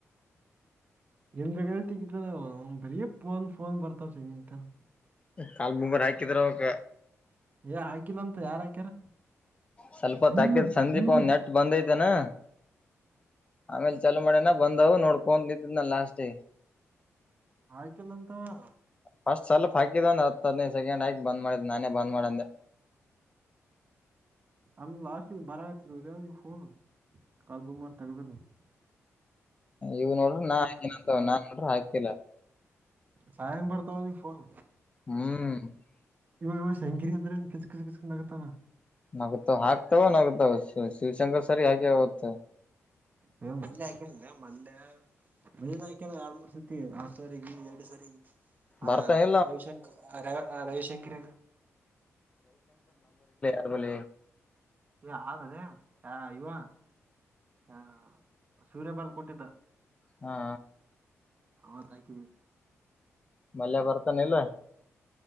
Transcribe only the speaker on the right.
ಏನ್ ಬೇಕಾಗಿದ್ದು ತೆಗಿತಾನ್ ಬರೇ ಫೋನ್ ಫೋನ್ ಬರ್ತಾವ ಚಂಜಿತನ
ಏ ಹಾಕಿಲ್ಲಂತ ಯಾರ್ ಹಾಕ್ಯಾರ
ಹ್ಮ್
ಆಯ್ಕಲ್ಲಂತವ
ಹ ಲಾಸ್ಟ್ ಬರತದ ನೀವುಫೋನು ಕಲ್ ಬೊಂಬಾರ ತಗದರ ನೀವು
ಮಾಡ
ಸಾಯಂಗ ಬರ್ತಾವ ಅವನಿಗೆ ಫೋನ್
ಇವ ಶಂಕರಿ ಇದ್ರ ಕಿಸ ಕಿಸ ಕಿಸಕ್ ನಗುತಾನ
ಹ ಮಲ್ಲೆ ಹಾಕ ಮಲ್ಲೆ ಮ ಹಾಕ ಆ ಆ ಸ ಎರಡು ಸರಿ ಆ
ರವಿಶಂಕರ್ ರ ರವಿಶಂಕರ
ಏ ಆದೇ ಆ ಇವ ಹಾ ಸೂರ್ಯ ಬಾರಲ್ ಕೊಟ್ಟಿದ್ದ
ಹ ತಾಕ